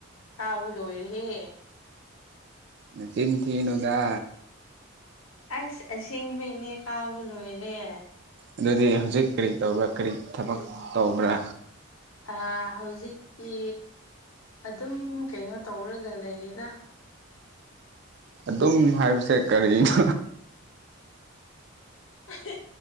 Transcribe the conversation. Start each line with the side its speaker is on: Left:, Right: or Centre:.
Left: ꯇꯥꯕ ꯂꯣꯏꯔꯍꯦ
Right: ꯃꯦꯆꯤꯟ ꯊꯤꯟꯗ
Left: ꯑꯁ ꯁꯤꯡꯕꯩꯅꯦ ꯀꯥꯕ ꯂꯣꯏꯔꯦ
Right: ꯑꯗꯨꯗꯤ ꯍꯧꯖꯤꯛ ꯀꯔꯤ ꯇꯧꯕ꯭ꯔꯥ ꯀꯔꯤ ꯊꯕꯛ ꯇꯧꯕ꯭ꯔꯥ
Left: ꯑ ꯍꯧꯖꯤꯛꯇꯤ ꯑꯗꯨꯝ ꯀꯩꯅꯣ ꯇꯧꯔꯒ ꯂꯩꯌꯦꯗ
Right: ꯑꯗꯨꯝ ꯍꯥꯏꯕꯁꯦ ꯀꯔꯤꯅꯣ
Left: ꯑ